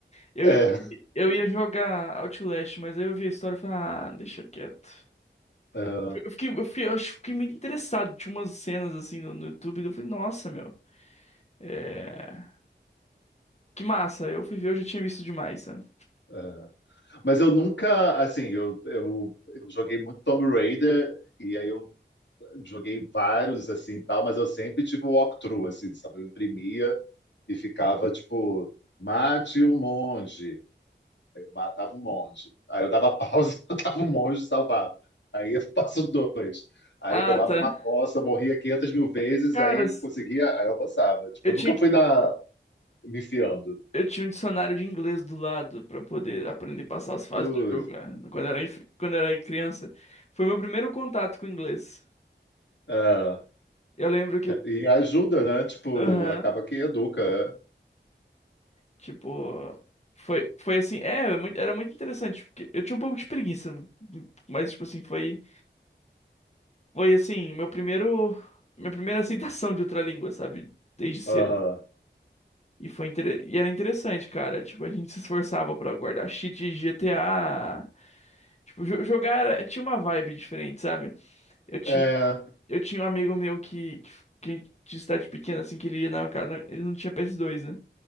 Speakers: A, on the left; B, on the left.
A: Eu,
B: É,
A: eu ia jogar Outlast, mas aí eu vi a história e falei, ah, deixa quieto.
B: é,
A: Eu fiquei, eu fiquei, eu acho que fiquei muito interessado. Tinha umas cenas assim no, no YouTube, eu falei, nossa, meu, é... que massa. Eu fui ver, eu já tinha visto demais, sabe?
B: é. Mas eu nunca, assim, eu, eu, eu joguei muito Tomb Raider, e aí eu joguei vários, assim, e tal, mas eu sempre tive o walkthrough, assim, sabe? Eu imprimia e ficava, tipo, mate o monge. Aí eu matava o monge. Aí eu dava pausa, <laughs> matava o monge e salvava. Aí eu passo dois. Aí
A: Ah,
B: tomava
A: tá.
B: uma coça, morria 500 mil vezes,
A: Cara,
B: aí eu conseguia, aí eu avançava. Tipo,
A: eu
B: eu
A: tinha,
B: nunca
A: que-
B: fui na, me enfiando.
A: eu tinha um dicionário de inglês do lado pra poder aprender a passar as fases
B: Putz,
A: do jogo, né? Quando eu era, inf- quando eu era criança. Foi meu primeiro contato com o inglês.
B: ah,
A: Eu lembro que.
B: e ajuda, né? Tipo,
A: Aham.
B: acaba que educa. é.
A: tipo. Foi, foi assim. É, era muito era muito interessante. Porque eu tinha um pouco de preguiça. Mas, tipo assim, foi. Foi assim, meu primeiro. Minha primeira aceitação de outra língua, sabe? Desde cedo.
B: Aham.
A: E foi inter- e era interessante, cara. Tipo, a gente se esforçava pra guardar cheat de GTA. Tipo, jo- jogar era- tinha uma vibe diferente, sabe? Eu tinha,
B: É,
A: eu tinha um amigo meu que, que, que de cidade pequena, assim, que ele ia na, casa Ele não tinha ps dois, né?